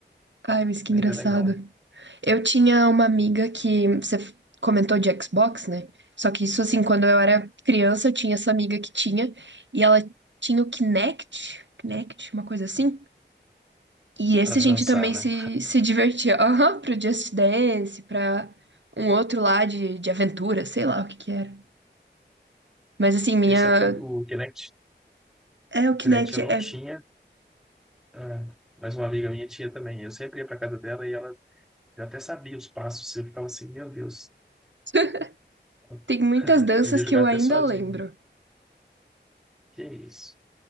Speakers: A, on the right (about 75°); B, in the centre.
A: Ai, mas que
B: Mas
A: engraçado.
B: é legal
A: Eu tinha uma amiga que você f- comentou de Xbox, né? Só que isso, assim, quando eu era criança, eu tinha essa amiga que tinha, e ela tinha o Kinect, Kinect, uma coisa assim. E esse
B: para
A: a gente
B: dançar,
A: também
B: né?
A: se, se divertia. <laughs> Aham, pro Just Dance, pra um outro lá de, de aventura, sei lá o que que era. Mas assim, minha.
B: Esse, é o, o Kinect,
A: É, o
B: o Kinect
A: Kinect
B: eu não
A: é.
B: tinha, é, mas uma amiga minha tinha também. Eu sempre ia para casa dela e ela Eu até sabia os passos, eu ficava assim, meu Deus,
A: <laughs>
B: eu
A: Tem muitas
B: <laughs>
A: danças
B: devia jogar
A: que eu
B: até
A: ainda
B: sozinho.
A: lembro.
B: Que isso.